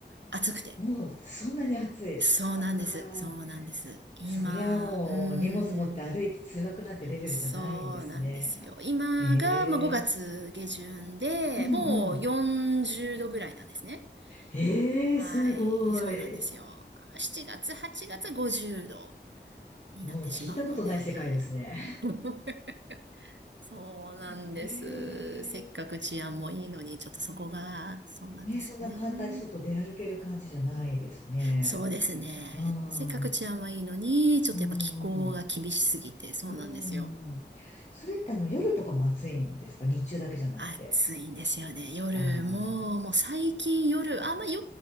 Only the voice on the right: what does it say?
暑くて。
そうなんです。
そうなんです。今、
うーん、そうなんですよ。今が、
まあ、5月下旬で、
もう40度ぐらいなんですね。
はい、
そうなんですよ。ま7月、8月は50度になってしまうので。
<laughs> そうなんです。
せっかく治安もいいのに、ちょっとそこが、そうなんですよね。
そうですね。
せっかく治安はいいのに、
ちょっとやっぱ気候が厳しすぎて、
そうなんですよ。
暑いんですよね。夜、
もう、もう最近夜、あ、まあ夜